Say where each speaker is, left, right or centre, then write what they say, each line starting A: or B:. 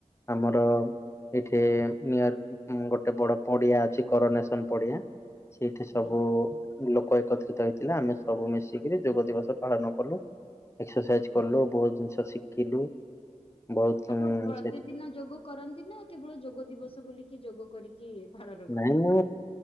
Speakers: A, on the left (about 20°); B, on the left (about 45°).
A: ଆମର ଏଇଠି ନିୟର ଗୋଟେ ବଡ ପଡିଆ ଅଛି କରନେସନ ପଡିଆ ସେଇଠି
B: ଆଜ୍ଞା।
A: ସବୁ ଲୋକ ଏକତ୍ରିତ ହେଇଥିଲା ଆମେ ସବୁ ମିଶିକିରି ଯୋଗ ଦିବସ ପାଳନ କଲୁ ଏକ୍ସରସାଇଜ କଲୁ
B: ଆଜ୍ଞା।
A: ବହୁତ ଜିନିଷ ଶିଖିଲୁ ବହୁତ
B: ଆପଣ ପ୍ରତିଦିନ
A: ସେ
B: ଯୋଗ କରନ୍ତି ନା କେବଳ ଯୋଗ ଦିବସ ବୋଲିକି ଯୋଗ କରିକି ପାଳ
A: ନାଇଁ ମୁଁ